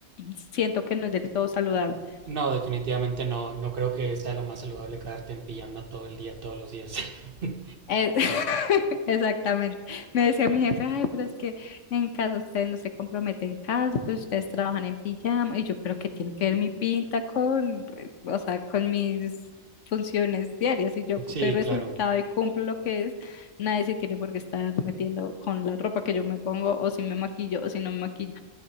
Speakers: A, on the left (about 70°); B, on the right (about 50°).
A: siento que no es del todo saludable.
B: No, definitivamente no. No creo que sea lo más saludable quedarte en pijama todo el día, todos los días. <laughs>
A: Eh, <laughs> Exactamente. Me decía mi jefe, ay, pero es que en casa ustedes no se comprometen en casa, pues ustedes trabajan en pijama. Y yo, pero ¿qué tiene que ver mi pinta con, eh, o sea, con mis funciones diarias? Y yo cu-
B: Sí,
A: doy resultado
B: claro.
A: y cumplo lo que es, nadie se tiene por qué estar metiendo con la ropa que yo me pongo, o si me maquillo, o si no me maquillo.